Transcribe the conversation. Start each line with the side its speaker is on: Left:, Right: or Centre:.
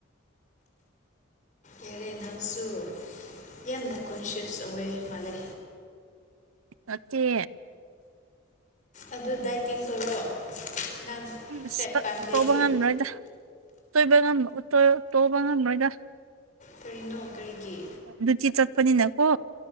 Left: ꯌꯥꯔꯦ ꯅꯪꯁꯨ ꯌꯥꯝꯅ ꯀꯣꯟꯁꯤꯌꯁ ꯑꯣꯏꯑꯦ ꯃꯥꯂꯦ
Right: ꯅꯠꯇꯦ
Left: ꯑꯗꯨ ꯗꯥꯏꯇꯤꯡ ꯇꯧꯔꯣ ꯅꯪ
Right: ꯎꯝ ꯑꯁ
Left: ꯐꯦꯠ
Right: ꯇꯠ
Left: ꯄꯥꯝꯗꯦꯗꯤ
Right: ꯇꯧꯕ ꯉꯝꯔꯣꯏꯗ ꯇꯣꯏꯕ ꯉꯝ ꯎꯠ ꯇꯣꯏ ꯇꯧꯕ ꯉꯝꯃꯔꯣꯏꯗ
Left: ꯀꯔꯤꯅꯣ ꯀꯔꯤꯒꯤ
Right: ꯗꯨꯇꯤ ꯆꯠꯄꯅꯤꯅ ꯀꯣ